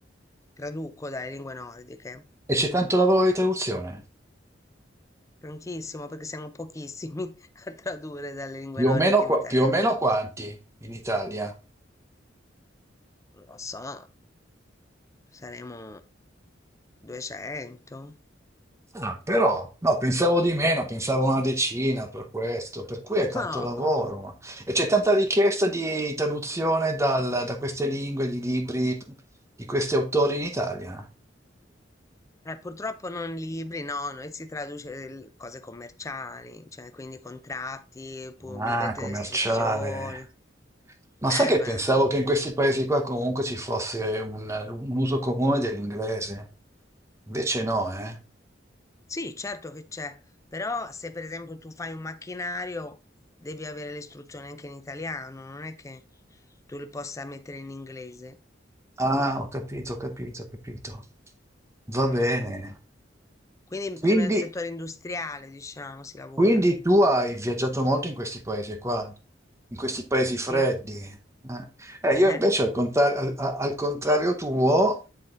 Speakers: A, on the left; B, on the right.
A: traduco dalle lingue nordiche,
B: E c'è tanto lavoro di traduzione?
A: prontissimo perché siamo pochissimi <laughs> a tradurre dalle lingue
B: Più
A: nordiche
B: o meno, qua-
A: in italiano.
B: più o meno quanti in Italia?
A: Non lo so, saremo 200?
B: Ah, però, no, pensavo di meno, pensavo una decina per questo, per cui è tanto
A: No.
B: lavoro.
A: <laughs>
B: E c'è tanta richiesta di traduzione dal- da queste lingue, di libri, di questi autori in Italia?
A: Eh, purtroppo non libri, no, noi si traduce il- cose commerciali, cioè quindi contratti, pu-
B: Ah,
A: librette
B: commerciale.
A: di istruzioni.
B: Ma
A: Eh
B: sai che
A: beh,
B: pensavo che in questi paesi qua comunque ci fosse un, un uso comune dell'inglese? Invece no, eh?
A: sì, certo che c'è, però se per esempio tu fai un macchinario devi avere le istruzioni anche in italiano, non è che tu le possa mettere in inglese.
B: Ah, ho capito, ho capito, ho capito. Va
A: Mm.
B: bene.
A: Quindi
B: Quindi
A: più nel settore industriale, diciamo, si lavora.
B: Quindi tu hai viaggiato molto in questi paesi qua, in questi paesi
A: Sì,
B: freddi. Eh, Eh, io
A: eh,
B: invece al contra- al- a- al contrario tuo,